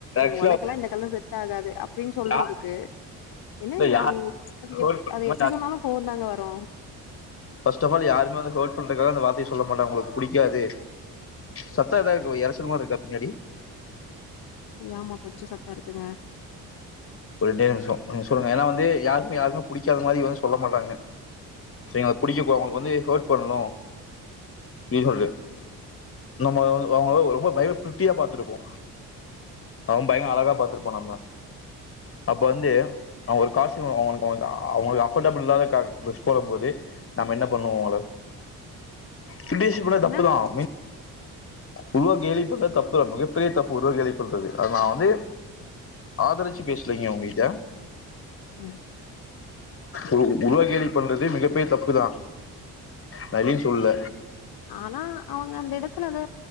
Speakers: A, on the left; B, on the left.
A: ஆக்சுவலா
B: ஒனக்கல்லா இந்த கலர் செட் ஆகாது அப்டின் சொல்றதுக்கு
A: யார்
B: என்ன
A: யார்
B: அது
A: ஹர்ட்
B: எப்ப
A: பண்ற
B: அது எப்டி சொன்னாலு கோவந்தாங்க வரு
A: ஃபர்ஸ்ட் ஆஃப் ஆல் யாருமே வந்து ஹர்ட் அந்த வார்த்தய சொல்ல மாட்டா உங்களுக்கு புடிக்காது சத்த எதா கு எரச்சல் மார்ருக்கா பின்னாடி
B: ஆமா கொஞ்சோ சத்த இருக்குங்க
A: ஒரு ரெண்ட நிமிஷம் நீ சொல்லங்க ஏன்னா வந்து யாருமே யாருமே புடிக்காத மாதுரி வந்து சொல்ல மாட்டாங்க அத புடிக்க அவங்களுக்கு வந்து ஹர்ட் பண்ணனு அப்படின்னு சொல்ற நம்ம அவங்கள ரொம்ப பய ப்ரிட்டியா பாத்து இருப்போ பயங்கர அழகா பாத்துருப்போ நம்ப அப்ப வந்து அவ்ங்க ஒரு காஸ்ட்யும் அவ்ங்களுக்கு அவ்ங்களுக்கு அஃபர்டபுள் இல்லாத போல போது நம்ம என்ன பண்ணுவோ உங்கள ஃபிடிஷி பண்ண
B: என்ன
A: தப்புதா மின் உருவ கேலி பண்ற தப்பு மிகப்பெரிய தப்பு உருவ கேலி பண்றது அது நா வந்து ஆதரச்சி பேஸ்லிங்க உங்க கிட்ட
B: ம்
A: உரு உருவகேலி பண்றது மிகப் பெரிய தப்புதா சரி சொல்ல
B: ஆனா அவங்க அந்த எடத்துல அத